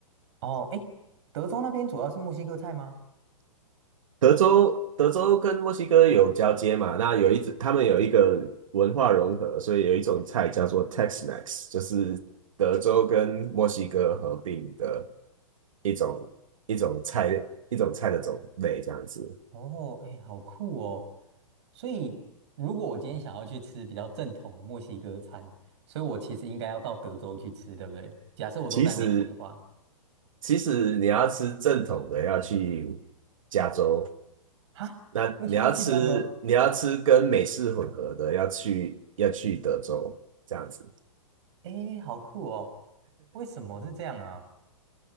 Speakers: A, on the right (about 55°); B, on the right (about 70°).
A: 哦，诶，德州那边主要是墨西哥菜吗？
B: 德州德州跟墨西哥有交接嘛，那有一他们有一个文化融合，所以有一种菜叫做 Tex-Mex，就是德州跟墨西哥合并的一种一种菜一种菜的种类这样子。
A: 哦，诶，好酷哦！所以如果我今天想要去吃比较正统的墨西哥餐，所以我其实应该要到德州去吃，对不对？假设我都在美国的话，
B: 其实其实你要吃正统的，要去加州；
A: 哈，
B: 那你要吃你要吃跟美式混合的，
A: 为什么要去加州？
B: 要去要去德州这样子。
A: 诶，好酷哦！为什么是这样啊？